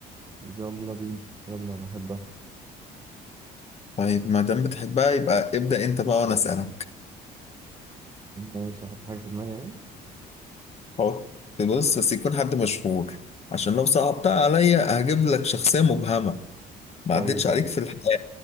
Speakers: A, on the right; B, on the left.
A: يلا بينا يلا بحبها
B: طيب ما دام بتحبها يبقى ابدأ انت بقى وانا اسألك
A: ماشي احط حاجة في دماغي يعني
B: حط بص بس يكون حد مشهور عشان لو صعبتها عليا هجيب لك شخصية مبهمة ما
A: طيب
B: عدتش
A: يا
B: عليك
A: عم
B: في الحياة